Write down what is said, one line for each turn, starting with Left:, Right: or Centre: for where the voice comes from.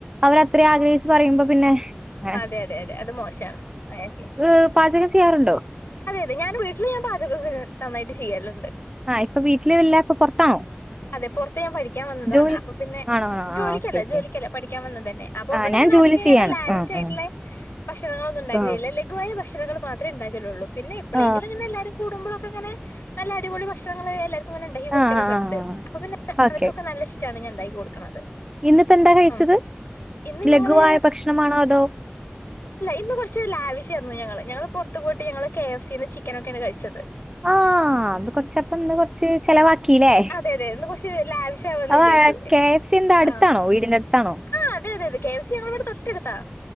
Right: അവർ അത്രയും ആഗ്രഹിച്ച് പറയുമ്പോ പിന്നെ അങ്ങനെ.
Left: അതെ അതെ അതെ അത് മോശമാണ് ഞാൻ ചെയ്യാം.
Right: വ് പാചകം ചെയ്യാറുണ്ടോ?
Left: അതെ അതെ ഞാൻ വീട്ടില് ഞാൻ പാചകൊക്കെ നന്നായിട്ട് ചെയ്യലിണ്ട്.
Right: ആഹ് ഇപ്പ വീട്ടില് ഇല്ലാ ഇപ്പൊ പുറത്താണോ?
Left: അതെ പൊറത്തു ഞാൻ പഠിക്കാൻ വന്നതാണ്
Right: ജോലി
Left: അപ്പൊ പിന്നെ
Right: ആണോ ആണോ.
Left: ജോലിക്കല്ല
Right: ആ ഓക്കെ ഓക്കെ.
Left: ജോലിക്കല്ല പഠിക്കാവന്നതന്നെ അപ്പ
Right: ആ
Left: ഇവടെങ്ങനെ
Right: ഞാൻ ജോലി
Left: അധിക ങ്ങനേ
Right: ചെയ്യാണ്.
Left: ലാവിശായിട്ട്ള്ളെ
Right: ആ ആ.
Left: ഭക്ഷണങ്ങളൊന്നും ഉണ്ടാക്കലില്ല
Right: ആ.
Left: ലഘുവായ ഭക്ഷണങ്ങൾ മാത്രേ ഇണ്ടാക്കലുള്ളു പിന്നെ എപ്പളെങ്കിലും
Right: ആ.
Left: ഇങ്ങനെ എല്ലാരും കൂടുമ്പോളൊക്കെങ്ങെനെ നല്ല അടിപൊളി ഭക്ഷണങ്ങളെ എല്ലാരും അങ്ങനെ ഇണ്ടാക്കി കൊടുക്കലൊക്കിണ്ട്
Right: ആ ആ ആ.
Left: അപ്പൊ പിന്നെ
Right: ഓക്കെ.
Left: അവരികൊക്കെ നല്ല ഇഷ്ടാണ് ഞാൻ ഇണ്ടാക്കി കൊടുക്കണത്.
Right: ഇന്നിപ്പോ എന്താ കഴിച്ചത്
Left: ഉം ഇന്ന് ഞങ്ങള്
Right: ലഘുവായ ഭക്ഷണമാണോ അതോ?
Left: അല്ല ഇന്ന് കൊറച്ച് ലാവിഷായിര്ന്നു ഞങ്ങള് ഞങ്ങള് പൊറത്ത്പോയിട്ട് ഞങ്ങള് കെ എഫ് സീന്ന് ചിക്കനൊക്കേണ് കഴിച്ചത്.
Right: ആഹ് അത് കൊറച്ചപ്പന്ന് കൊറച്ച് ചെലവാക്കില്ലേ?
Left: അതെ അതെ ഇന്ന് കുറച്ച് ലാവിഷ് ആവാന്ന്
Right: <unintelligible> അതാ
Left: വിചാരിച്ചു.
Right: കെ എഫ് സീന്റെ അടുത്താണോ
Left: ആ
Right: വീടിന്റെ അടുത്താണോ?
Left: ആ, അതെ അതെ അതെ കെ എഫ് സി ഞങ്ങളിവടെ തൊട്ടടുത്താ.